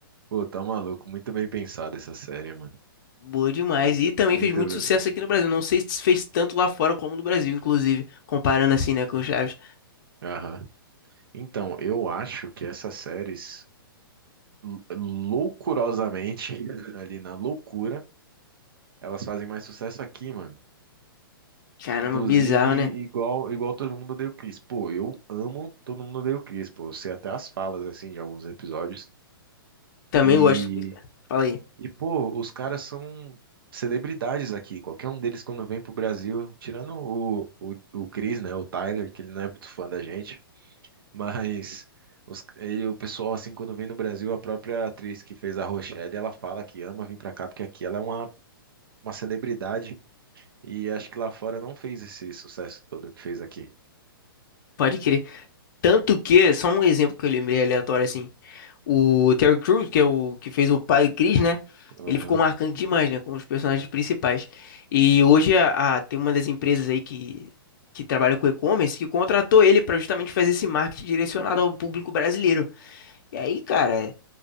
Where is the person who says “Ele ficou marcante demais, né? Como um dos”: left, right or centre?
Left